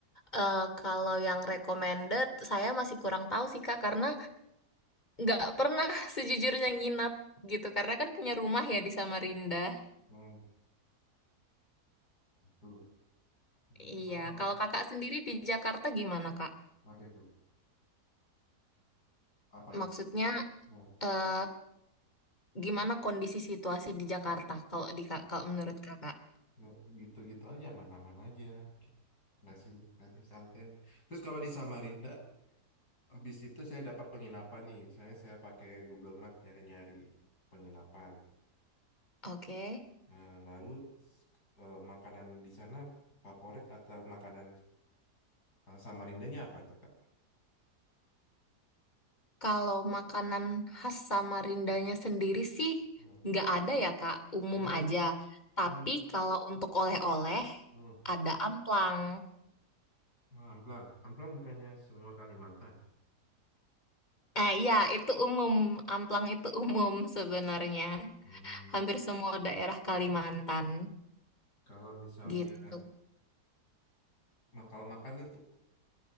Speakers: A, on the left; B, on the left.
A: eh, kalau yang recommended saya masih kurang tahu sih Kak karena nggak pernah <laughs> sejujurnya nginap gitu karena kan punya rumah ya di Samarinda.
B: Hmm. Tuh. Hmm.
A: Iya,
B: Kalau menurut-
A: kalau Kakak sendiri di Jakarta gimana Kak?
B: apa itu? Apa ya?
A: Maksudnya
B: Nah,
A: eh, gimana kondisi situasi di Jakarta kalau di Kak-
B: nah,
A: kalau menurut Kakak?
B: nah, gitu-gitu aja, mana-mana aja. Gitu. Ngasih, ngasih santen. Terus kalau di Samarinda, habis itu saya dapat penginapan nih. Misalnya saya pakai Google Map nyari-nyari penginapan.
A: Oke.
B: Nah, lalu s- eh, makanan di sana favorit atau makanan eh, Samarindanya apa itu, Kak?
A: Kalau makanan khas Samarindanya sendiri sih
B: Hmm,
A: nggak ada ya Kak, umum
B: nggak ada.
A: aja. Tapi
B: Hmm,
A: kalau untuk oleh-oleh
B: hmm.
A: ada amplang.
B: Wah, amplang. Amplang bukannya semua Kalimantan.
A: Eh iya itu umum, amplang itu <laughs> umum sebenarnya.
B: Hmm,
A: Hampir semua daerah Kalimantan
B: kalau misalnya,
A: gitu.
B: mak- kalau makan itu